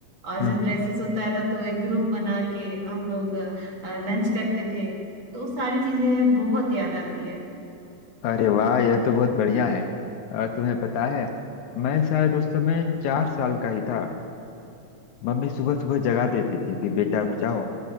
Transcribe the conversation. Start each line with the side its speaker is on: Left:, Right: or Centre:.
Right: और
Left: हम्म
Right: जब
Left: हम्म
Right: रेसिस होता था तो एक ग्रुप बना के हम लोग लंच करते थे तो वो सारी चीजें हैं, बहुत याद आती है
Left: अरे वाह यह तो बहुत बढ़िया है अ, तुम्हें पता है मैं शायद उस समय चार साल का ही था मम्मी सुबह सुबह जगा देती थी कि बेटा उठ जाओ